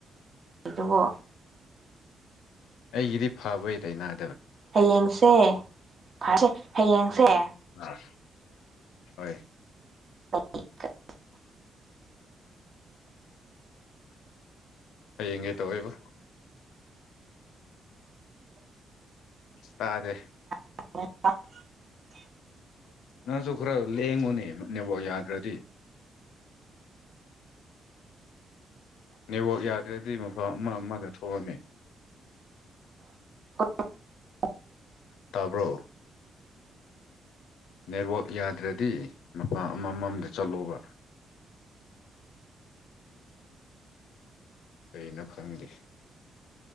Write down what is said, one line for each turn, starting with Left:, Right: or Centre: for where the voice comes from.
Right: ꯗꯨꯕꯣ
Left: ꯑꯩꯒꯤꯗꯤ ꯐꯕꯩ ꯂꯩꯅ
Right: ꯍꯌꯦꯡꯁꯦ ꯐꯁꯦ ꯍꯌꯦꯡꯁꯦ
Left: ꯑꯥ ꯍꯣꯏ
Right: <unintelligible>
Left: ꯍꯌꯦꯡ ꯀꯩꯇꯧꯋꯦꯕ ꯇꯥꯔꯦ
Right: <unintelligible>
Left: ꯅꯪꯁꯨ ꯈꯔ ꯂꯦꯡꯉꯨꯅꯦ ꯅꯦꯠꯋꯛ ꯌꯥꯗ꯭ꯔꯗꯤ ꯅꯦꯠꯋꯥꯛ ꯌꯥꯗ꯭ꯔꯗꯤ ꯃꯐꯝ ꯑꯃ ꯑꯃꯗ ꯊꯣꯛꯑꯣꯅꯦ
Right: <unintelligible>
Left: ꯇꯥꯕ꯭ꯔꯣ ꯅꯦꯠꯋꯥꯛ ꯌꯥꯗ꯭ꯔꯗꯤ ꯃꯄꯥ ꯑꯃꯃꯝꯗ ꯆꯠꯂꯣꯕ ꯀꯩꯅꯣ ꯈꯪꯗꯦ